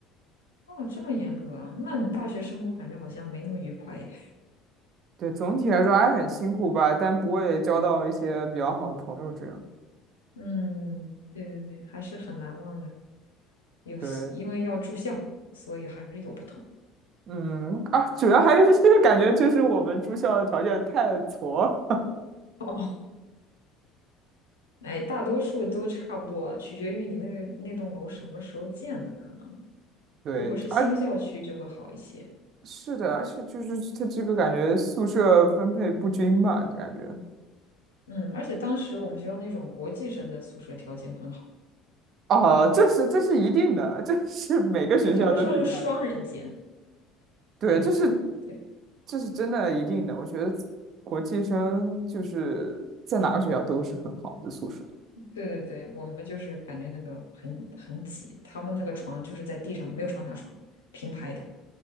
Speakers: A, on the left (about 80°); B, on the right (about 50°).
A: 哦，这么严格啊？那你大学生活感觉好像没那么愉快耶。
B: 对，总体来说还很辛苦吧，但不会交到一些比较好的朋友这样。
A: <laughs> 嗯，对对对，还是很难忘的。有，
B: 对，
A: 因为要住校，所以还是有不同。
B: 嗯，啊，主要还是 <laughs> 感觉就是我们住校的条件太挫。
A: 哦，哎，大多数都差不多，取决于你那个那栋楼什么时候建的，可能
B: <laughs> 对，
A: 如果是新校区就会好一些。
B: 而是的，而且就是它这个感觉宿舍分配不均吧，感觉。
A: 嗯，而且当时我们学校那种国际生的宿舍条件很好，
B: 哦，这是这是一定的，这是每个学校都是一样的。
A: 对，他们说是双人间，
B: 对，
A: 两个，
B: 这是
A: 对，
B: 这是真的一定的。我觉得国际生就是在哪个学校都是很好的宿舍。
A: 对对对，我们就是感觉那个很很挤，他们那个床就是在地上的，没有上下床，平排的。